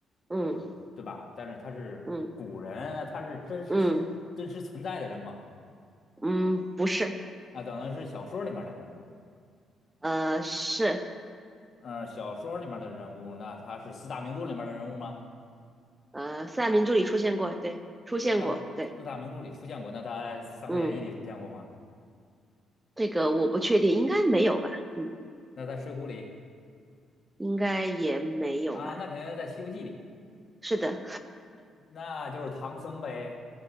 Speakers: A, on the right (about 15°); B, on the left (about 55°).
A: 嗯
B: 或者对吧？但是他是古人，
A: 嗯
B: 那他是真实现、
A: 嗯
B: 真实存在的人吗？
A: 嗯，不是，
B: 啊，等于是小说里面的人物。
A: 呃，是
B: 嗯，小说里面的人物，那他是四大名著里面的人物吗？
A: 呃，四大名著里出现过，对，出现过，
B: 四大四大名著里出现过，
A: 对，
B: 那他在《三国演义》里出现过吗？
A: 嗯，这个我不确定，应该没有吧，嗯，
B: 那在《水浒》里
A: 应该也没有吧，
B: 啊，那肯定是在《西游记》里，
A: 是的，
B: 那就是唐僧呗。